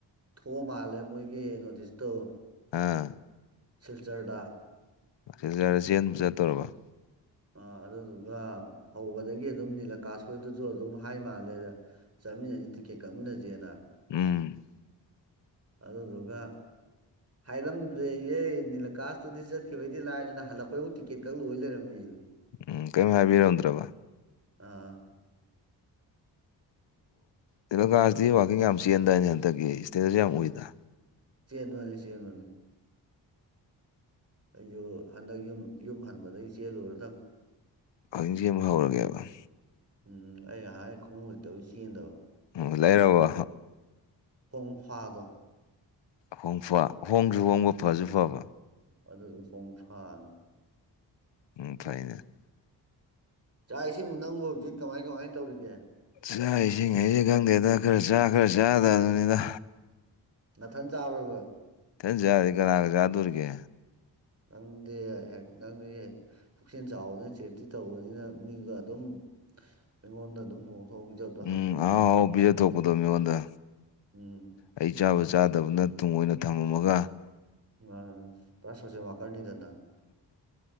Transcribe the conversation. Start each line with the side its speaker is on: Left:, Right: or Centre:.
Right: ꯊꯣꯛꯑ ꯃꯥꯜꯂꯦ ꯃꯣꯏꯒꯤ ꯅꯣꯇꯤꯁꯇꯨ
Left: ꯑ
Right: ꯁꯤꯜꯆꯔꯗ
Left: ꯁꯤꯜꯆꯔꯗ ꯆꯦꯟꯕ ꯆꯠꯇꫭꯔꯕꫭ
Right: ꯑ ꯑꯗꯨꯗꯨꯒ ꯍꯧꯕꯗꯒꯤ ꯑꯗꯨꯝ ꯅꯤꯂꯀꯥꯥꯁ ꯍꫭꯏꯗꯖꯨ ꯑꯗꯨꯝ ꯍꯥꯏ ꯃꯥꯜꯂꯦꯅꯦ ꯆꯥꯃꯤꯟꯅꯁꯤ ꯇꯤꯛꯀꯦꯠ ꯀꯛꯃꯤꯟꯅꯁꯦꯅ
Left: ꯎꯝ
Right: ꯑꯗꯨꯗꯨꯒ ꯍꯥꯏꯔꯝꯗ꯭ꯔꯦ ꯏꯍꯦ ꯅꯤꯂꯀꯥꯁꯇꯨꯗꯤ ꯆꯠꯈꯤꯕꯩꯗꯤ ꯂꯥꯏꯗꯅ ꯍꯜꯂꯛꯄꯣꯏꯕꯨ ꯇꯤꯛꯀꯦꯠꯀꯛ ꯂꯣꯏ ꯂꯩꯔꯝꯃꯤ
Left: ꯎꯝ ꯀꯔꯤꯝ ꯍꯥꯏꯕꯤꯔꯝꯗ꯭ꯔꯕ
Right: ꯑꯥ
Left: ꯇꯦꯂꯀꯥꯁꯇꯤ
Right: ꯑꯥ
Left: ꯋꯥꯀꯤꯡ ꯌꯥꯝ ꯆꯦꯟꯗ ꯑꯅꯦ ꯍꯟꯗꯛꯀꯤ ꯏꯁꯇꯦꯖꯁꯨ ꯌꯥꯝ ꯎꯏꯗ
Right: ꯆꯦꯟꯕꯅꯤ ꯆꯦꯟꯕꯅꯤ ꯑꯩꯁꯨ ꯍꯟꯗꯛ ꯌꯨꯝ ꯌꯨꯝ ꯍꯟꯕꯗꯒꯤ ꯆꯦꯜꯂꯨꯔꯗꯅꯤ
Left: <unintelligible> <unintelligible> ꯍꯧꯔꯒꯦꯕ
Right: ꯎꯝ ꯑꯩ ꯉꯥꯏꯍꯥꯟꯒꯩ ꯈꯣꯡꯎꯞ ꯂꯩꯇꯕꯩ ꯆꯦꯟꯗꯕ
Left: ꯎꯝ ꯂꯩꯔꯕꯣ
Right: ꯀꯣꯡꯐꯥꯗꯣ
Left: ꯍꯣꯡ ꯐꯥ ꯍꯣꯡꯁꯨ ꯍꯣꯡꯕ ꯐꯁꯨ ꯐꯕ
Right: ꯑꯗꯨꯗꯤ ꯄꯣꯡ ꯐꯥꯅ
Left: ꯎ ꯐꯩꯅꯦ
Right: ꯆꯥꯛꯁꯤꯕꯨ ꯅꯪꯕꯨ ꯍꯧꯖꯤꯛ ꯀꯃꯥꯏ ꯀꯃꯥꯏꯅ ꯇꯧꯔꯤꯒꯦ
Left: ꯆꯥꯛ ꯏꯁꯤꯡꯉꯩꯁꯤ ꯈꯪꯗꯦꯗ ꯈꯔ ꯆꯥ ꯈꯔ ꯆꯥꯗꯕꯅꯤꯗ
Right: ꯅꯥꯊꯟ ꯆꯥꯕ꯭ꯔꯕ
Left: ꯊꯟ ꯌꯥꯔꯗꯤ ꯀꯅꯥꯒ ꯆꯥꯗꯣꯔꯤꯒꯦ
Right: ꯅꯪꯗꯤ ꯍꯦꯛ ꯅꯪꯗꯤ ꯄꯨꯛꯆꯦꯜ ꯆꯥꯎꯕꯅꯤꯅ ꯆꯦꯇꯤ ꯇꯧꯕꯅꯤꯅ ꯃꯤꯒ ꯑꯗꯨꯝ ꯑꯩꯉꯣꯟꯗ ꯑꯗꯨꯝ ꯊꯣꯡ ꯄꯤꯖꯕꯗꯣ ꯍꯪꯕꯅꯤꯗ
Left: ꯎꯝ ꯑꯥꯎ ꯍꯥꯎ ꯊꯣꯛ <unintelligible> ꯃꯒꯣꯟꯗ
Right: ꯎꯝ
Left: ꯑꯩ ꯆꯥꯕ ꯆꯥꯗꯕꯅ ꯇꯨꯡꯏꯅ ꯊꯝꯃꯝꯃꯒ
Right: ꯃꯥ ꯄꯨꯔꯥ ꯁꯣꯠꯁꯦꯜ ꯋꯥꯀꯔꯅꯤꯗꯅ